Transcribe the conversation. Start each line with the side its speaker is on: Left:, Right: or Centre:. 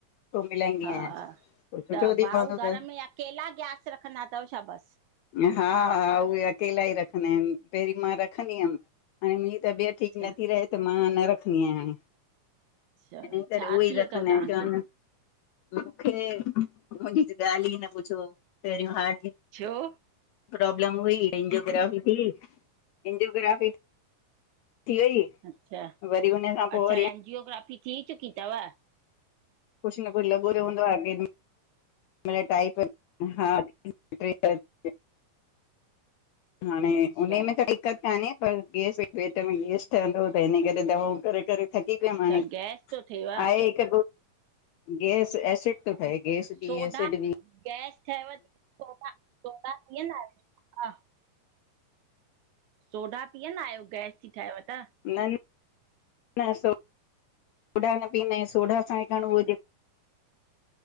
Left: पोइ मिलाईंदी
Right: हा
Left: आयांसि पोइ सुठो
Right: त,
Left: थी
Right: भाऊ
Left: पवंदो अथसि
Right: घर में अकेला ग्यारस रखंदा थव छा बस?
Left: हा हा, उहे अकेला ई रखंदा आहिन, पहिरीं मां रखंदी हुयम, हाणे मुंहिं। तबियत ठीक
Right: अच्छा
Left: नथी रहे त मां न रखंदी आहियां आंयां।
Right: अच्छा
Left: हिन करे
Right: छा
Left: उए
Right: थी
Left: ई
Right: वियो
Left: रखंदा
Right: अथव तव्हांखे?
Left: आहिन, चवान। मूंखे, मुंहिंजी त ॻाल्हि ई न पुछो, पहेरूं हार्ट।
Right: छ्यो?
Left: प्रॉब्लम हुई एंजिओग्राफी थी एंजिओग्राफी थी वई।
Right: अच्छा
Left: वरी, हुन खां पो
Right: अच्छा
Left: वरी आं।
Right: एंजियोग्राफी थी चुकी थव?
Left: कुछ न कुछ लॻो रहंन्दोवा आहे। मिला टाइप हार्ट <inaudible> हाणे
Right: अच्छा
Left: उन में त दिक़त कान्हे पर, गैस पेट में गैस ठहंदो त हिन करे दवाऊं करे करे थकी पियम
Right: अच्छा
Left: हाणे,
Right: गैस थो थिएव?
Left: आहे हिक गैस, एसिड थो ठहे गैस ॿि
Right: सोडा
Left: एसिड ॿि
Right: गैस ठयव थी सोॾा, सोॾा पिअंदा आहियो? सोडा पीअंदा आहियो, गैस थी ठहेव त?
Left: न न न सो सोडा न पीअंदा आहियूं, सोडा, सां हेखण उहो जेको